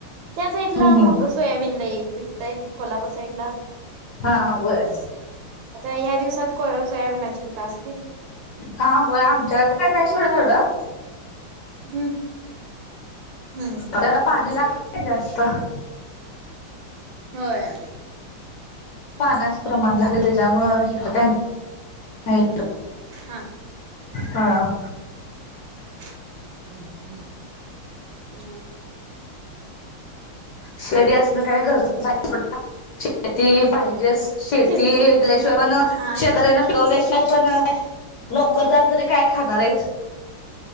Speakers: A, on the right (about 75°); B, on the left (about 65°).
A: त्या साईड ला
B: हम्म
A: मग
B: हम्म
A: सोयाबीन ला पिकतय कोल्हापूर साईड ला
B: हा वय
A: ह्या दिवसात सोयाबीनाची पिका असतील
B: हा हो आमच्याकडे काय नाही सोडं एवढं
A: हम्म हम्म हम्म
B: त्याला पाणी लागत जास्त
A: होय
B: पाण्यास प्रमाण लागतं त्याच्यामुळे इकडें काय नाही
A: हा
B: हॅ हा.
A: ह हम् ह.
B: शेरी असणं काय गरजच शेती पाहिजे. शेतीटल्याशिवाय
A: शेती
B: पण
A: हा
B: शेतकऱ्यांना
A: शेती
B: पिकवल्याशिवाय पण नोकरदार तरी काय खाणार आहे.